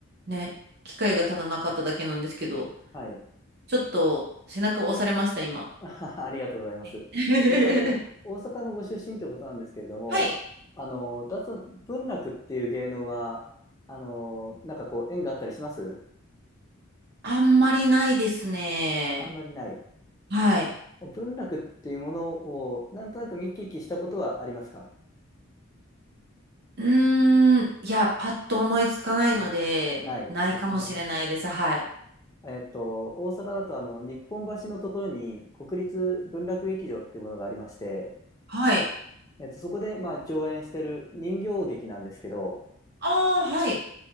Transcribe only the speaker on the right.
ね、機会がただなかっただけなんですけど、
ちょっと背中を押されました、今。
はい。<laughs>
はい。
あんまりないですね。
はい。
うーん、いや、パッと思いつかないので、
ないかもしれないです。はい。
はい。
ああ、はい。